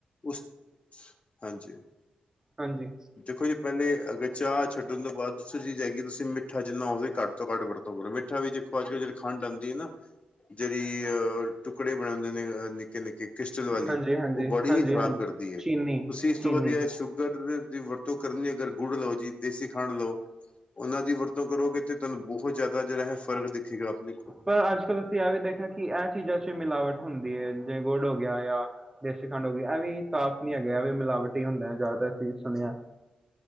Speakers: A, on the left; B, on the right.
A: ਉਸ, ਹਾਂਜੀ।
B: ਹਾਂਜੀ।
A: ਦੇਖੋ ਜੀ ਪਹਿਲੇ ਅਗਰ ਚਾਹ ਛੱਡਣ ਤੋਂ ਬਾਅਦ ਦੂਸਰੀ ਚੀਜ਼ ਹੈਗੀ। ਤੁਸੀਂ ਮਿੱਠਾ ਜਿੰਨਾ ਹੋਵੇ ਘੱਟ ਤੋਂ ਘੱਟ ਵਰਤੋ ਮਿੱਠਾ ਵੀ ਦੇਖੋ ਅੱਜ-ਕੱਲ੍ਹ ਜਿਹੜੀ ਖੰਡ ਆਂਦੀ ਹੈ ਨਾ ਜਿਹੜੀ ਅਹ ਟੁਕੜੇ ਬਣਾਉਂਦੇ ਨੇ ਨਿੱਕੇ-ਨਿੱਕੇ ਕ੍ਰਿਸਟਲ ਵਾਲੀ,
B: ਹਾਂਜੀ-ਹਾਂਜੀ,
A: ਉਹ ਬੋਡੀ
B: ਹਾਂਜੀ-ਹਾਂਜੀ,
A: ਹੀ ਖ਼ਰਾਬ ਕਰਦੀ ਐ,
B: ਚੀਨੀ-ਚੀਨੀ
A: ਤੁਸੀਂ ਇਸ ਤੋਂ ਵਧੀਆ ਸ਼ੂਗ ਦੀ ਵਰਤੋਂ ਕਰਨੀ, ਅਗਰ ਗੁੜ ਲਓ ਜੀ, ਦੇਸੀ ਖੰਡ ਲਓ, ਉਹਨਾਂ ਦੀ ਵਰਤੋਂ ਕਰੋਗੇ ਤੇ ਤੁਹਾਨੂੰ ਬਹੁਤ ਜ਼ਿਆਦਾ ਜਿਹੜਾ ਹੈ ਫਰਕ ਦੇਖੇਗਾ ਆਪਣੇ
B: ਪਰ ਅੱਜ-ਕੱਲ੍ਹ ਅਸੀਂ ਇਹ ਵੀ ਦੇਖਿਆ ਕਿ ਇਹ ਚੀਜ਼ਾਂ ਚ ਮਿਲਾਵਟ ਹੁੰਦੀ ਐ। ਜਿਵੇਂ ਗੁੜ ਹੋ ਗਿਆ ਆ ਦੇਸੀ ਖੰਡ ਹੋ ਇਹ ਵੀ ਸਾਫ਼ ਨੀ ਹੈਗਾ ਵੀ ਮਿਲਾਵਟੀ ਹੁੰਦਾ ਜਿਆਦਾ ਤਰ ਅਸੀ ਵੀ ਸੁਣਿਆ